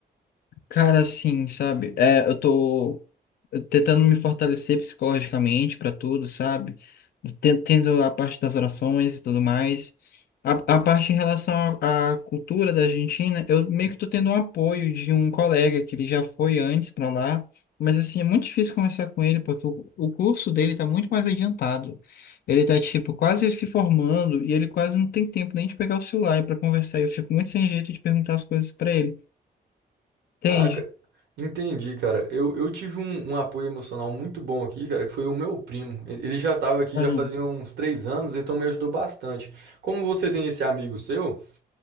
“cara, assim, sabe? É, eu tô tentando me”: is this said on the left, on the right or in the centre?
Left